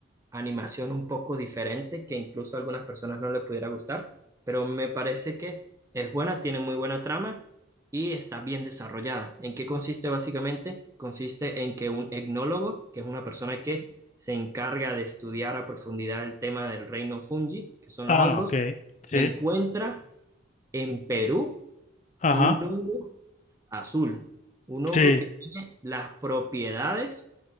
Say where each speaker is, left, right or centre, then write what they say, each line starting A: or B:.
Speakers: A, on the right; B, on the left.
A: animación un poco diferente que incluso a algunas personas no le pudiera gustar, pero me parece que es buena, tiene muy buena trama y está bien desarrollada. ¿En qué consiste básicamente? Consiste en que un etnólogo, que es una persona que se encarga de estudiar a profundidad el tema del reino fungi, que son
B: Ah,
A: los hongos,
B: ok. Sí.
A: encuentra en Perú,
B: Ajá.
A: un hongo azul, un hongo
B: Sí.
A: que tiene las propiedades